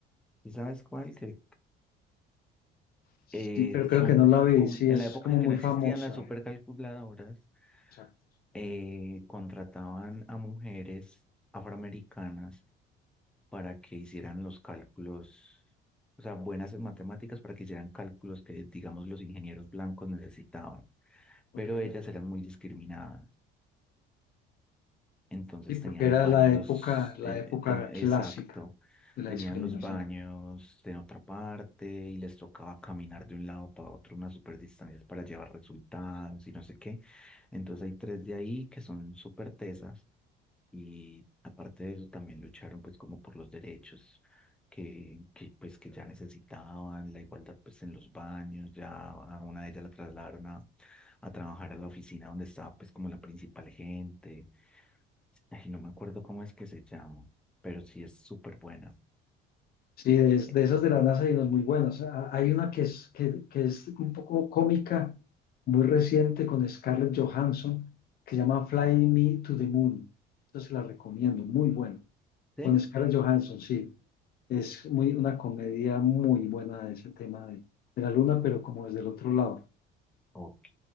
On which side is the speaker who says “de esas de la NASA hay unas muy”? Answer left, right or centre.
Left